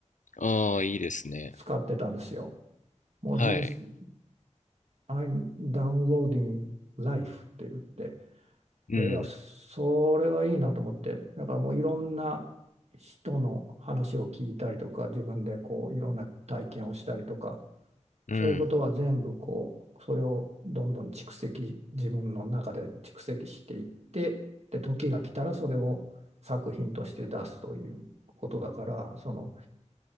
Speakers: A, on the left; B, on the right.
A: ああいいですね
B: 使ってたんですよ。もう人生、
A: はい
B: I'm downloading life って言って、
A: うん
B: で、いや、それはいいなと思って、だからもういろんな人の話を聞いたりとか、自分でこういろんな体験をしたりとか、
A: うん
B: そういうことは全部こう、それをどんどん蓄積、自分の中で蓄積していって、で、時が来たらそれを作品として出すということだから、その